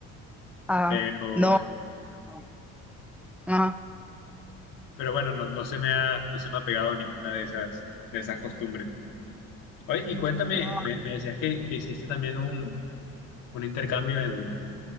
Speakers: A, in the centre; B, on the left.
A: ajá.
B: Pero,
A: No, No, a mí- ajá. ajá.
B: pero bueno, no, no se me ha, no se me ha pegado ninguna de esas, de esas costumbres. Oye, y cuéntame,
A: No,
B: me, me decías que, que hiciste también un, un intercambio en,